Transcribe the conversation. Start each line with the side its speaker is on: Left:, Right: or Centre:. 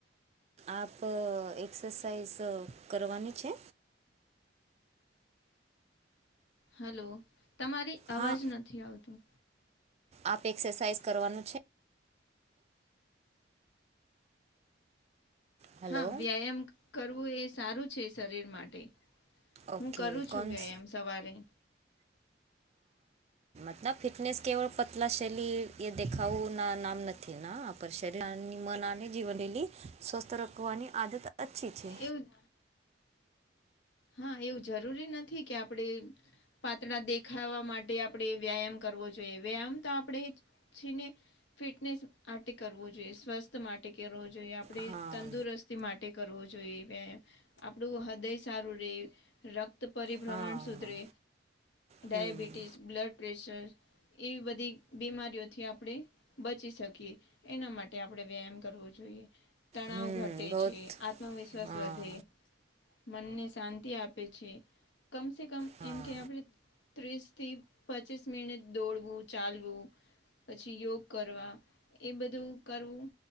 Right: આપ એક્સરસાઇઝ કરવાની છે.
Left: હલો, તમારી
Right: હા
Left: અવાજ નથી આવતો.
Right: આપ એક્સરસાઇઝ કરવાનું છે. હેલો
Left: હા, વ્યાયામ કરવું એ સારું છે શરીર માટે.
Right: ઓકે
Left: હું કરું
Right: કોન્સ
Left: છું કે, એમ સવારે.
Right: ના, ફિટનેસ કેવળ પતલા શૈલી એ દેખાવું ના નામ નથી, ના. પર, શરીરની, મન અને જીવનલી સ્વસ્થ રાખવાની આદત અચ્છી છે.
Left: એવું. હા, એવું જરૂરી નથી કે આપડે પાત્રળા દેખાવા માટે આપણે વ્યાયામ કરવો જોઈએ, વ્યાયામ તો આપણે. છેને? ફિટનેસ માટે કરવો જોઈએ, સ્વસ્થ માટે કરવો જોઈએ. આપણે
Right: હા
Left: તંદુરસ્ત માટે કરવુ જોઈએ. વ્યાયામ થી આપણુ હૃદય સારું રે, રક્ત પરિભ્રમણ
Right: હા
Left: સુધરે.
Right: હમ
Left: ડયાબિટીસ, બ્લડ પ્રેશર એવી બધી બીમારીઓથી આપણે બચી શકીએ. એના માટે આપણેે વ્યાયામ કરવો જોઈએ. તણાવ
Right: હમ
Left: ઘટે
Right: બહુત
Left: છે, આત્મવિશ્વાસ
Right: હા
Left: વધે. મનને શાંતિ આપે છે. કમ સે કમ,
Right: હા
Left: એમ કે આપણે ત્રીસ થી પચીસ મિનિટ દોડવું, ચાલવું, પછી યોગ કરવા, એ બધું કરવું.